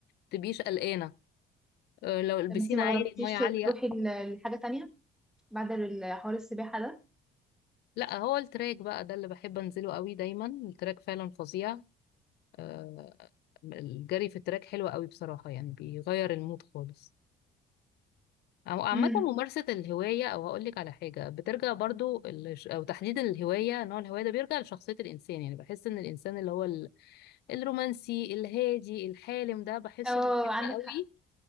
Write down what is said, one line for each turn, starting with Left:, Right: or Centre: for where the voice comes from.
Left: تبقيش قلقانه اه، لو البسين
Centre: طب انت ما
Left: عالي
Centre: جربتيش
Left: الميه عاليه
Centre: تروحي ل- لحاجه تانية بعد ال- حوار السباحه ده
Left: لا هو التراك بقى ده اللي بحب انزله قوي دايما التراك فعلا فظيع اه، الجري في التراك حلو قوي بصراحه يعني بيغير المود خالص أو عامة
Centre: امم
Left: ممارسة الهواية أو هقولك على حاجة بترجع برضو ال- أو تحديد الهواية نوع الهواية ده بيرجع لشخصية الإنسان يعني بحس إن الإنسان اللي هو ال- الرومانسي الهادي الحالم ده بحسه
Centre: اه
Left: بيحب
Centre: عندك
Left: قوي